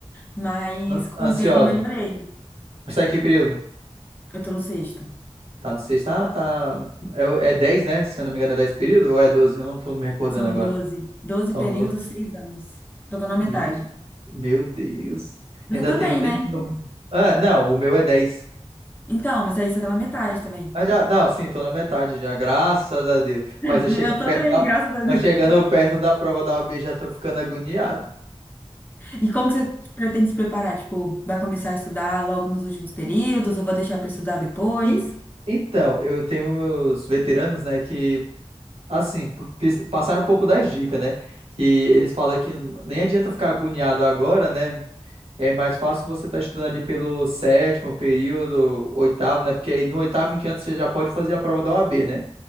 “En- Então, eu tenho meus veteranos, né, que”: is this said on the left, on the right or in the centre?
Right